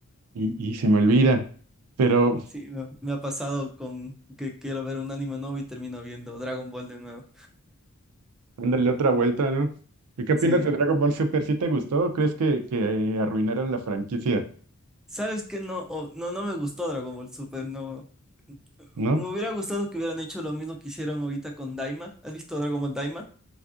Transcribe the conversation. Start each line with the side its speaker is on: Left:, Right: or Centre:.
Right: y, y se me olvida. Pero
Centre: sí, me, me ha pasado con que quiero ver un anime nuevo y termino viendo Dragon Ball de nuevo.
Right: Ándale otra vuelta, ¿no? ¿Y qué opinas
Centre: Sí.
Right: de Dragon Ball Super? ¿Sí te gustó o crees que, que eh, arruinaron la franquicia?
Centre: ¿Sabes qué? No, o- no, no me gustó Dragon Ball Super, no.
Right: ¿No?
Centre: Me hubiera gustado que hubieran hecho lo mismo que hicieron ahorita con Daima. ¿Has visto Dragon Ball Daima?